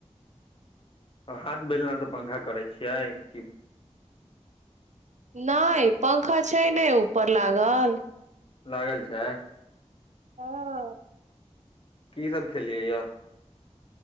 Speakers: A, on the left (about 50°); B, on the right (about 75°).
A: हाथ बेलना तऽ पंखा करै छियै की
B: नयि पंखा छै नयि ऊपर लागल
A: लागल छै
B: हँ
A: की सभ खेलियै य